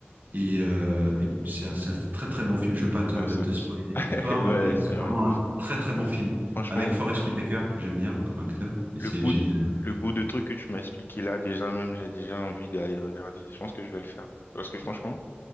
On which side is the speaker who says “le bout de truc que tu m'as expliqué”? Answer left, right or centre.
Left